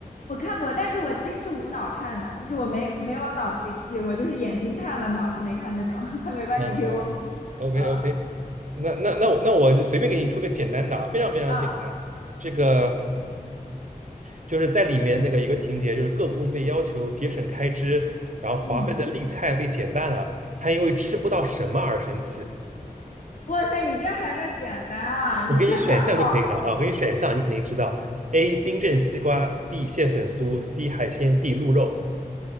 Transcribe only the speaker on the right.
啊
，OK
OK，那那那我那我就随便给你出个简单的啊，非常非常简单。
这个就是在里面那个一个情节，就是各宫被要求节省开支，然后华妃的例菜被减半了，
她因为吃不到什么而生气。
我给你选项就可以了啊，
我给你选项，你肯定知道。A. 冰镇西瓜，B. 蟹粉酥，C. 海鲜，D. 鹿肉。